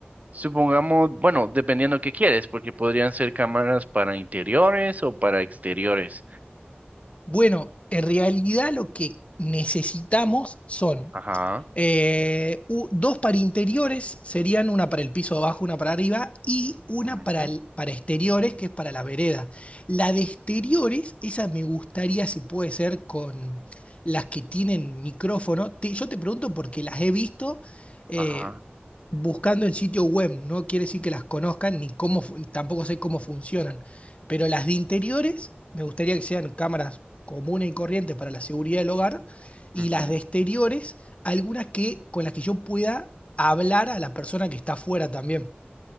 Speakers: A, on the right; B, on the left.
A: Supongamos, bueno, dependiendo qué quieres, porque podrían ser cámaras para interiores o para exteriores.
B: Bueno, en realidad lo que necesitamos son
A: Ajá.
B: Eh, u- dos para interiores serían una para el piso de abajo, una para arriba y una
A: ujú,
B: para, el- para exteriores, que es para la vereda. La de exteriores, esa me gustaría si puede ser con las que tienen micrófono. Te- yo te pregunto porque las he visto eh,
A: Ajá.
B: buscando en sitio web, no quiere decir que las conozcan ni cómo, fu- tampoco sé cómo funcionan, pero las de interiores me gustaría que sean cámaras comunes y corrientes para la seguridad del hogar. Y
A: ujú.
B: las de exteriores algunas que con las que yo pueda hablar a la persona que está afuera también.